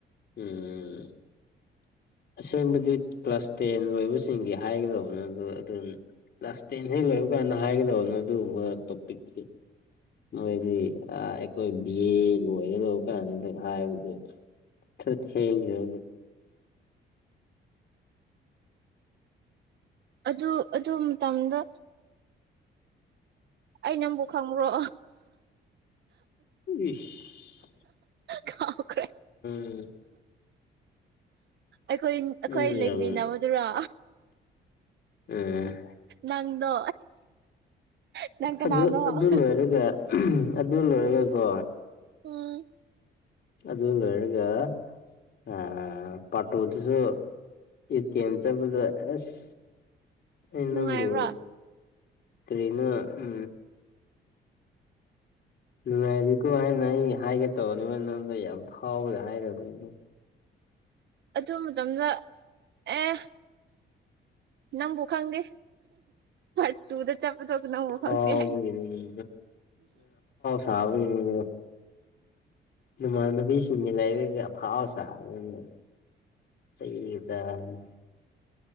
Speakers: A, on the left; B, on the right.
A: ꯎꯝ ꯑꯁꯦꯡꯕꯗꯤ ꯀ꯭ꯂꯥꯁ ꯇꯦꯟ ꯂꯣꯏꯕꯁꯤꯡꯒꯤ ꯍꯥꯏꯒꯗꯧꯕ ꯅꯠꯇ꯭ꯔꯣ ꯑꯗꯨꯝ ꯀ꯭ꯂꯥꯁ ꯇꯦꯟ ꯍꯦꯛ ꯂꯣꯏꯕ ꯀꯥꯟꯗ ꯍꯥꯏꯒꯗꯕꯅꯣ ꯑꯗꯨꯒꯨꯝꯕ ꯇꯣꯄꯤꯛꯇꯨ ꯅꯣꯏꯗꯤ ꯑꯈꯣꯏ ꯕꯤ ꯑꯦ ꯂꯣꯏꯒꯗꯧꯕ ꯀꯥꯟꯗꯒ ꯍꯥꯏꯕꯗꯨ ꯈꯥꯔ ꯊꯦꯡꯁꯥꯅꯨꯗ
B: ꯑꯗꯨ ꯑꯗꯨ ꯃꯇꯝꯗ ꯑꯩ ꯅꯪꯕꯨ ꯈꯪꯕ꯭ꯔꯣ
A: ꯏꯁ
B: ꯀꯥꯎꯈ꯭ꯔꯦ
A: ꯎꯝ
B: ꯑꯈꯣꯏ
A: ꯅꯪ
B: ꯑꯈꯣꯏ ꯂꯩꯃꯤꯟꯅꯕꯗꯨꯔꯣ
A: ꯌꯥꯝ ꯎꯝ
B: ꯅꯪꯗꯣ ꯅꯪ ꯀꯅꯥꯅꯣ
A: ꯑꯗꯨ ꯑꯗꯨ ꯂꯣꯏꯔꯒ ꯑꯗꯨ ꯂꯣꯏꯔꯒꯀꯣ
B: ꯎꯝ
A: ꯑꯗꯨ ꯂꯣꯏꯔꯒ ꯑꯥ ꯄꯥꯔ ꯇꯨꯗꯨꯁꯨ ꯑꯦ ꯇꯤ ꯑꯦꯝ ꯆꯪꯕꯗ ꯑꯁ ꯑꯩ
B: ꯅꯨꯡꯉꯥꯏꯕ꯭ꯔꯥ
A: ꯅꯪꯕꯨ ꯀꯔꯤꯅꯣ ꯎꯝ ꯅꯨꯡꯉꯥꯏꯔꯤꯀꯣ ꯍꯥꯏꯅ ꯑꯩ ꯍꯥꯏꯒꯦ ꯇꯧꯔꯅꯤ ꯅꯪꯗ ꯌꯥꯝ ꯐꯥꯎꯕꯗ ꯍꯥꯏꯗꯕꯅꯤ
B: ꯑꯗꯨ ꯃꯇꯝꯗ ꯑꯦ ꯅꯪꯕꯨ ꯈꯪꯗꯦ ꯐꯠꯇꯨꯗ ꯆꯞꯄꯗꯨ ꯅꯪꯕꯨ
A: ꯐꯥꯎꯕꯒꯤꯅꯤ
B: ꯈꯪꯗꯦ ꯍꯥꯏꯌꯦ
A: ꯁꯥꯕꯒꯤꯅꯦ <unintelligible> ꯅꯃꯥꯟꯅꯕꯤꯁꯤꯡꯒ ꯂꯩꯔꯒ ꯑꯐꯥꯎ ꯁꯥꯗꯅ ꯆꯩꯒ ꯆꯥꯕꯅꯤ